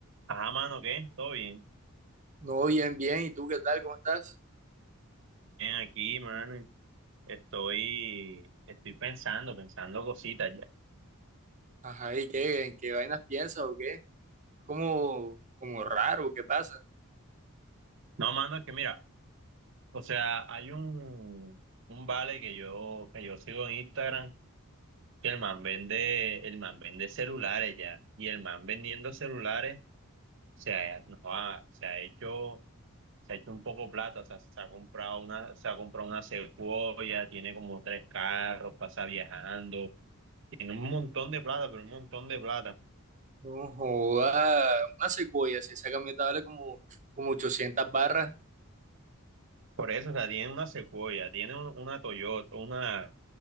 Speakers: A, on the right; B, on the right.
A: Ajá, mano, ¿qué? ¿Todo bien?
B: No, bien, bien. ¿Y tú qué tal? ¿Cómo estás?
A: Bien, aquí, mano. Estoy, estoy pensando, pensando cositas ya.
B: Ajá, ¿y qué? ¿En qué vainas piensas o qué? Es como, como raro, ¿qué pasa?
A: No, mano, es que mira, o sea, hay un, un vale que yo, que yo sigo en Instagram, que el man vende, el man vende celulares ya. Y el man vendiendo celulares se ha, no, ah, se ha hecho, se ha hecho un poco plata. O sea, se ha comprado una, se ha comprado una Sequoia, tiene como tres carros, pasa viajando, tiene un montón de plata, pero un montón de plata.
B: No joda, una secuoya, si esa camioneta vale como, como 800 barras.
A: Por eso, o sea, tiene una Sequoia, tiene un- una Toyota, una,